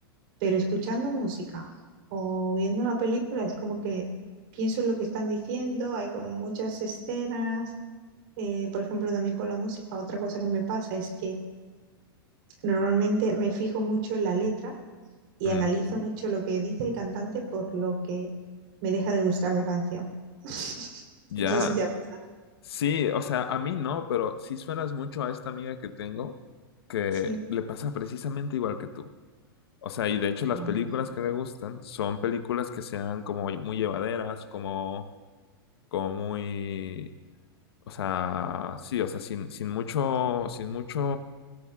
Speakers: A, on the right; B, on the left.
A: pero escuchando música o viendo una película es como que pienso en lo que están diciendo, hay como muchas escenas, eh, por ejemplo, también con la música, otra cosa que me pasa es que normalmente me fijo mucho en la letra y
B: Mm,
A: analizo mucho lo que dice el cantante por lo que me deja de gustar la canción. <laughs>
B: ya,
A: No sé si te ha pasado.
B: sí, o sea, a mí no, pero sí suenas mucho a esta amiga que tengo que
A: Sí.
B: le pasa precisamente igual que tú. O sea, y de hecho las
A: No.
B: películas que le gustan son películas que sean como muy llevaderas, como, como muy O sea, sí, o sea, sin, sin mucho, sin mucho,